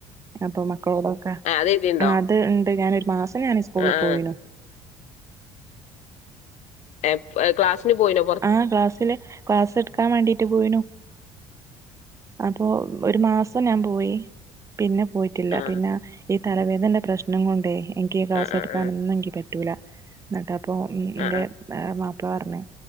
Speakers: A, on the right; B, on the left.
A: അപ്പൊ മക്കളോടൊക്കെ
B: ആ, അത് എഴുതിണ്ടോ
A: ആഹ് ഹ് ഇണ്ട് ഞാനൊരു മാസം ഞാന് സ്കൂളിൽ
B: ആ ആ
A: പോയിനു
B: എപ്പ ക്ലാസിനു പോയിനു
A: ആഹ് ക്ലാസ്സില് ക്ലാസ്സ് എടുകാം വേണ്ടീട്ട് പോയിനു അപ്പോ ഒരു മാസം ഞാൻ പോയി പിന്നെ പോയിട്ടില്ല
B: ആ
A: പിന്നെ ഈ തലവേദന്റെ പ്രശ്നം കോണ്ടേ എനിക്ക് ക്ലാസ്
B: ആ ആ ആ
A: എടുക്കാനോ
B: ആ
A: എനി പ റ്റൂല ന്നിട്ട അപ്പോ
B: ആ
A: ന്റെ മാപ്പള പറഞ്ഞ്